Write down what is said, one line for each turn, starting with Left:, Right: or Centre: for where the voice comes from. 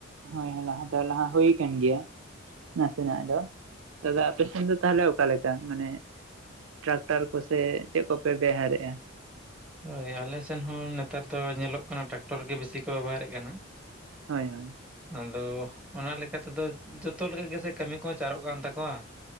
Right: ᱦᱳᱭ -ᱦᱳᱭ ᱞᱟᱦᱟ ᱫᱚ ᱞᱟᱦᱟ ᱦᱩ ᱟᱠᱟᱱ ᱜᱮᱭᱟ ᱾ ᱱᱟᱥᱮᱱᱟᱜ ᱟᱫᱚ, ᱫᱟᱫᱟ ᱟᱯᱮᱥᱮᱱ ᱫᱚ ᱛᱟᱦᱞᱮ ᱚᱠᱟᱞᱮᱠᱟ ᱢᱟᱱᱮ ᱴᱨᱟᱠᱴᱟᱨ ᱠᱚᱥᱮ, ᱪᱮᱫ ᱠᱚᱯᱮ ᱵᱮᱣᱦᱟᱨᱮᱜᱼᱟ?
Centre: ᱦᱳᱭ, ᱟᱞᱮ ᱥᱮᱱ ᱦᱚᱸ ᱱᱮᱛᱟᱨ ᱫᱚ ᱧᱮᱞᱚᱜ ᱠᱟᱱᱟ ᱴᱨᱟᱠᱴᱚᱨ ᱜᱮ ᱵᱤᱥᱤ ᱠᱚ ᱵᱮᱵᱚᱦᱟᱨᱮᱫ ᱠᱟᱱᱟ ᱾
Right: ᱦᱚᱭ -ᱦᱚᱭ ᱾
Centre: ᱟᱫᱚ, ᱚᱱᱟ ᱞᱮᱠᱟᱛᱮᱫᱚ ᱡᱚᱛᱚ ᱞᱮᱠᱟ ᱜᱮᱥᱮ ᱠᱟᱹᱢᱤ ᱠᱚ ᱪᱟᱨᱚᱜ ᱠᱟᱱ ᱛᱟᱠᱚᱣᱟ ᱾